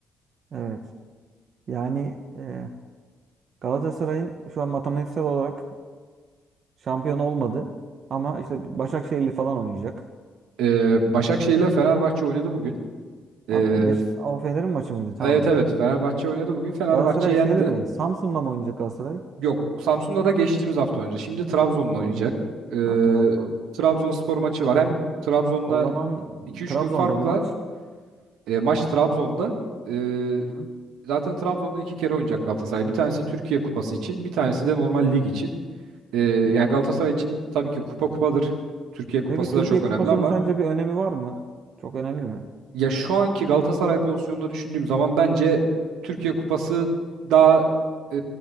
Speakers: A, on the right; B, on the right.
A: Evet. Yani e, Galatasaray'ın şu an matematiksel olarak Şampiyon olmadı. Ama işte Başakşehir'li falan oynayacak.
B: E, Başakşehir ile Fenerbahçe oynadı bugün. E,
A: Abi o, Beş o Fener'in maçı mıydı? Tamam.
B: Evet evet Fenerbahçe oynadı bugün. Fenerbahçe
A: Galatasaray
B: yendi.
A: şeyle mi? Samsun'da mı oynayacak Galatasaray?
B: Yok Samsun'la da geçtiğimiz hafta oynadı. Şimdi Trabzon'la
A: Oynadı.
B: oynayacak. Ee,
A: Ha, Trabzon.
B: Trabzonspor maçı var. Hem Trabzon'la
A: O zaman
B: iki üç
A: Trabzon'da
B: gün farkla
A: mı maç?
B: e, maç Trabzon'da. Ee,
A: Hı hı.
B: zaten Trabzon'da iki kere oynayacak Galatasaray. Bir tanesi Türkiye Kupası için bir tanesi de normal lig için. Ee, yani
A: Hı.
B: Galatasaray için tabii ki kupa kupadır. Türkiye Kupası
A: Peki Türkiye
B: da çok
A: Kupası'nın
B: önemli ama
A: sence bir önemi var mı? Çok önemli mi?
B: Ya şu anki Galatasaray pozisyonunda düşündüğüm zaman bence Türkiye Kupası daha e,